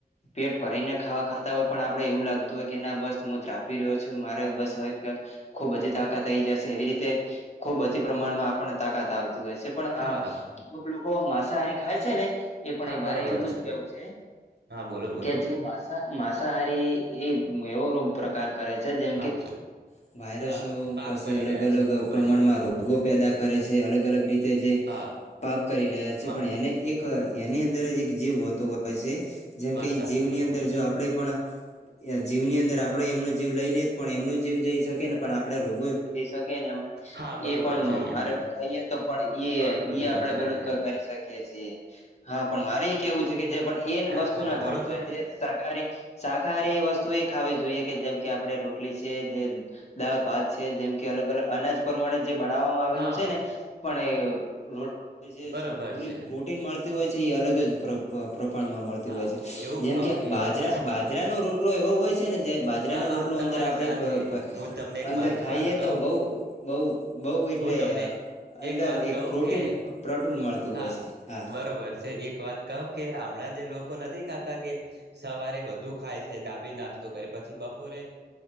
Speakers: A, on the left; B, on the right.
A: પેટ ભરીને ખાવા ખાતા હોય પણ આપડે એવું લાગ લતું હોય કે ના બસ હું ત્રાપી રહ્યો છું મારે બસ હવે ખુબ બધી તાકાત થઈ જશે એવી રીતે ખુબ અતિ પ્રમાણમાં આપણને તાકાત આવતી હોય છે પણ
B: હા
A: આ અમુક લોકો માંસાહારી ખાય છે ને એ પણ
B: હા બરોબર
A: મારે એટલું જ કવું છે
B: હા બોલો બોલો
A: કે જે માસા માંસાહારી એ એવો રોગ પ્રકાર કરે છે જેમ
B: હા
A: કે વાયરસો
B: હા પાપ
A: પછી
B: કરી
A: અલગ
B: રહ્યા
A: અલગ
B: છે ખુબ
A: પ્રમાણમાં
B: જ
A: રોગો પેદા કરે છે અલગ અલગ રીતે જે
B: હા
A: પાપ કરી રહ્યા છે
B: માં
A: પણ એને એક
B: હ
A: એની અંદર જ એક જીવ હોતો હોય છે જેમકે
B: વાત
A: એ
B: સાચી
A: જીવની
B: તમારી
A: અંદર જો આપણેે પણ જીવની અંદર આપડે એમનો જીવ લઈ લેજ પણ એમનો જીવ જઈ શકે ને પણ આપડે રોગો વધી શકેને
B: હા બરોબર
A: એ પણ
B: છે
A: મારે
B: એમને
A: લોકો આાઈ તો પણ એ
B: ઘણું બધું
A: ઈ આપડે
B: નુકસાન
A: પેલું
B: થાય
A: કરી શકીએ છીએ હા પણ મારે એ કેવું છે કે જે પણ
B: હા
A: એ વસ્તુ
B: બોલો
A: ના ખાવ
B: બોલો
A: જોઈએ
B: તમે
A: જે સરકારી શાકાહારી વસ્તુ એ ખાવી જોઈએ કે જેમ કે આપણે રોટલી છે જે દાળ ભાત છે જેમ કે અલગ અલગ અનાજ પ્રમાણે જ. જે બનાવામાં આવેલું
B: હા
A: છે ને પણ એ ર જે
B: બરોબર
A: પુરી.
B: છે
A: મળતી હોય છે એ અલગ જ પ્રમાણમાં મળતી
B: હા
A: હોય છે
B: એવું
A: જેમકે
B: ખાવું જોઈએ
A: બાજરા
B: વાત
A: બાજરાનો રોટ. એવો હોય છે ને. બાજરાનો
B: હા વાત
A: રોટલો
B: તમારી
A: અંદર આપડે
B: સાચી હું તમને એક
A: અંદર
B: મારી
A: ખાઈએ
B: વાત કહું
A: તો બઉ. બઉ બઉ એટલે
B: હું તમને
A: અંદર
B: વાત
A: એક
B: કહું
A: પ્રોટીન
B: કે
A: પ્રોટીન મળતું
B: હા
A: હોય છે. હા
B: બરોબર છે એક વાત કહો કે હમણાં જે લોકો નથી ખાતા કે સવારે બુ ખાય છે. ડાબી નાસ્તો કરે પછી બપોરે